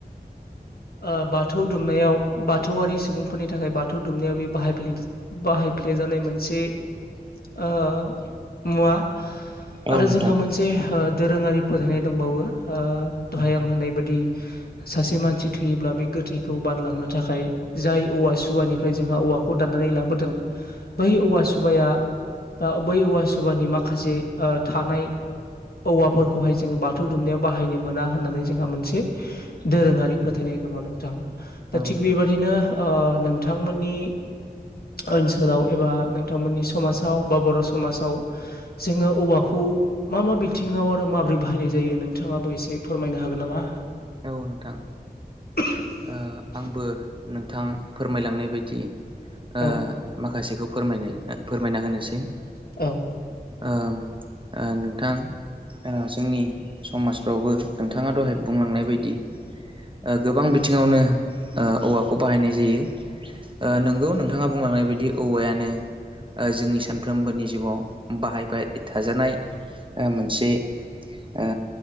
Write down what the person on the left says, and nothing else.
<inaudible> आ बाख बाथौ दुमनायाव बाथौआरि सुबुंफोरनि थाखाय बाथौ दुमनायाव बे बाहायफ्ले-बाहायफ्लेजानाय मोनसे ए ओ मुवा
आरो
जोंहा मोनसे ओ दोरोङारि फोथायनाय दंबावो। ओ दहाय आं होनाय बादि सासे मानसि थैयोब्ला बे गोथैखौ खौ बानलांनो थाखाय जाय औवा सुबानिफ्राय जोंहा औवाखौ दान्नानै लाबोदों बै औवा सुबाया बा बै औवा सुबानि माखासे ओ थानाय औवाफोरखौहाय जोङो बाथौ दुमनायाव बाहायनो मोना होननानै जोंहा मोनसे दोरोङारि फोथायनाय दङ नोंथां। दा
थिग
बेबादिनो ओ नोंथांमोननि ओनसोलाव एबा नोंथांमोननि समाजाव बा बर' समाजाव जोङो औवाखौ उ मा मा बिथिङाव आरो माबोरै बाहायनाय जायो नोंथाङाबो एसे फोरमायनो हागोन नामा?
उमह।
औ
औ।